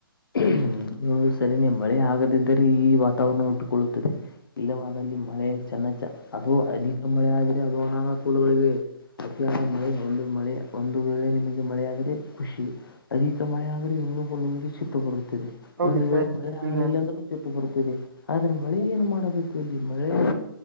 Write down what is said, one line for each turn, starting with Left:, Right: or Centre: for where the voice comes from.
Left: ಹ್ಮ ನುದು ಸರಿನೇ ಮಳೆ ಆಗದಿದ್ದರೆ ಈ. ಹಟ್ಟುಕೊಳ್ಳುತ್ತದೆ ಇಲ್ಲವಾದಲ್ಲಿ ಮಳೆ ಚನ್ನ ಅದು ಅಧಿಕ ಮಳೆ. ಅದುನಾನ ಪೂಲಗಳಿವೆ ಅತಿಯಾದ ಮಳೆ ಒಂದು. ಮಳೆ ಒಂದು ವೇಳೆ ನಿಮಗೆ ಮಳೆ ಆದ್ರೆ ಖುಷಿ ಅಧಿಕ ಮಳೆ ಆದ್ರೆ ಇನ್ನುೂ ನಿಮಗೆ ಚುಟ್ಟು ಬರುತ್ತಿದೆ
Right: ಹೌದು
Left: ಒಂದು ವೇಳೆ
Right: ಸರ್
Left: ಮಳೆ ಆಗಲಿಲ್ಲ
Right: ಈಗ
Left: ಅಂದ್ರೂ ಚುಟ್ಟು ಬರುತ್ತಿದೆ ಆದ್ರೆ ಮಳೆ ಏನು ಮಾಡಬೇಕು ಇಲ್ಲಿ. ಮಳೆಯ